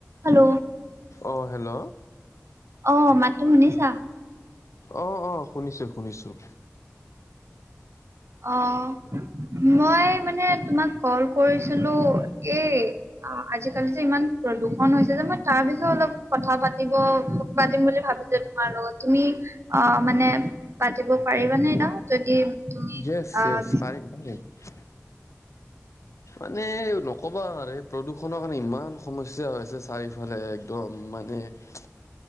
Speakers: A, on the right; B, on the left.
A: হেল্ল'।
B: অঁ হেল্ল'।
A: অঁ মাতটো শুনিছা?
B: অঁ অঁ শুনিছোঁ শুনিছোঁ।
A: অঁহ, মই মানে তোমাক কল কৰিছিলোঁ এই অঁ আজিকালি যে ইমান প্ৰদূষণ হৈছে যে মই তাৰ বিষয়ে অলপ কথা পাতিব পাতিম বুলি ভাবিছিলো। তোমাৰ লগত তুমি অঁ মানে পাতিব পাৰিবা নে এতিয়া? যদি তুমি
B: য়েছ
A: আহ
B: য়েছ পাৰিম পাৰিম। মানে নকবা আৰু প্ৰদূষণৰ কাৰণে ইমান সমস্যা হৈছে চাৰিফালে একদম মানে ইচ